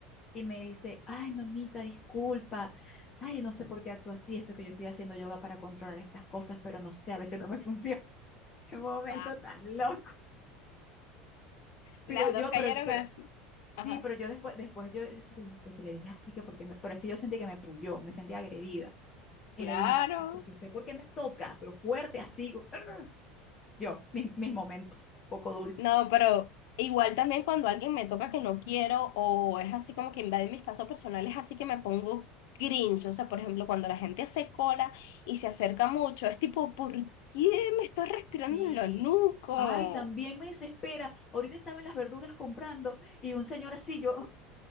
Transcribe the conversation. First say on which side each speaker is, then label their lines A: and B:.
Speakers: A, on the left; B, on the left.
A: Y me dice, ay, mamita, disculpa. Ay, no sé por qué actúo así. Eso que yo estoy haciendo yoga para controlar estas cosas, pero no sé, a veces no me funciona. <laughs> Qué momento
B: Guau.
A: tan loco. Pero
B: Las
A: yo,
B: dos callaron
A: pero, pero,
B: así. Ajá,
A: sí, pero yo después, después yo, yo así que "¿Por qué le dije así que porque me, pero es que yo sentí que me puyó, me sentí agredida. Y
B: claro.
A: le dije, porque usted, ¿por qué me toca? Pero fuerte, así, <laughs> yo, mis, mis momentos, poco dulces.
B: No, pero igual también cuando alguien me toca que no quiero o es así como que invade mi espacio personal, es así que me pongo cringe. O sea, por ejemplo, cuando la gente hace cola y se acerca mucho, es tipo, ¿por qué me estás respirando
A: Sí.
B: en lo nuco?
A: Ay, también me desespera. Ahorita estaba en las verduras comprando y un señor así, yo,